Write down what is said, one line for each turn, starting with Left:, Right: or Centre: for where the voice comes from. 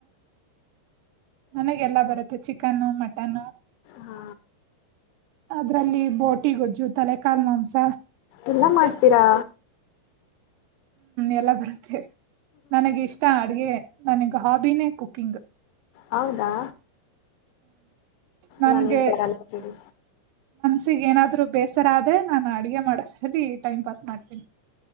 Right: ನನಗೆಲ್ಲಾ ಬರುತ್ತೆ ಚಿಕನ್ ಮಟನ್
Left: ಹಾ
Right: ಅದರಲ್ಲಿ ಬೋಟಿ ಗಜ್ಜು ತಲೆ ಕಾಲು ಮಾಂಸ
Left: ಎಲ್ಲ ಮಾಡ್ತೀರಾ
Right: ಎಲ್ಲನು ಬರುತ್ತೆ ನನಗೆ ಇಷ್ಟ ಅಡುಗೆ ನನಗೆ ಹಾಬಿನೆ ಕುಕಿಂಗ್
Left: ಹೌದಾ
Right: ನನ್ಗೆ
Left: ನನಗೆ ಬರಲ್ಲ ಬಿಡು
Right: ಮನಸ್ಸಿಗೆ ಏನಾದರು ಬೇಜಾರಾದರೆ ನಾನು ಅಡುಗೆ ಮಾಡೋದ್ರಲ್ಲಿ ಟೈಮ್ ಪಾಸ್ ಮಾಡುತ್